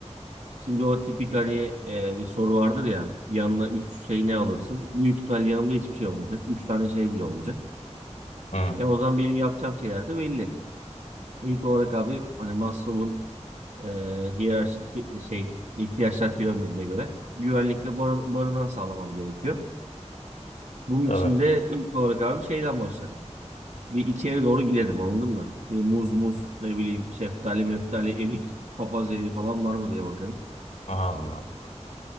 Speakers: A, on the right; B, on the left.
A: Şimdi o tipik hani e, bir soru vardır ya yanına 3 şey ne alırsın? Büyük ihtimal yanımda hiçbir şey olmayacak. üç tane şey bile olmayacak.
B: hı.
A: Ya o zaman benim yapacağım şeyler de belli. İlk olarak abi hani Maslow'un e, hiyerarşik bir şey ihtiyaçlar piramidine göre güvenlikle barın barınağı sağlamam gerekiyor. Bunun
B: Tabii.
A: için de ilk olarak abi şeyden başladım. Bir içeri doğru girelim anladın mı? E, muz muz ne bileyim şeftali meftali erik papaz eriği falan var mı diye bakarım.
B: Allah Allah.